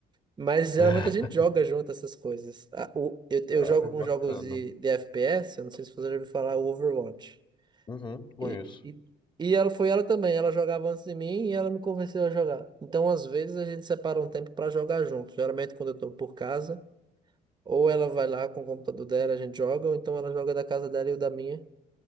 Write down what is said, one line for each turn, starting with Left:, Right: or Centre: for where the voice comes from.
Right: Mas geralmente
Left: <laughs>
Right: a gente joga junto essas coisas. Ah, o- Eu, eu
Left: Cara,
Right: jogo
Left: é
Right: com
Left: bacana.
Right: jogos de, de FPS, eu não sei se você já ouviu falar, o Overwatch.
Left: Uhum, conheço.
Right: E, e, e ela foi ela também, ela jogava antes de mim e ela me convenceu a jogar. Então, às vezes, a gente separa um tempo pra jogar junto. Geralmente, quando eu tô por casa, ou ela vai lá com o computador dela, a gente joga, ou então ela joga da casa dela e eu da minha.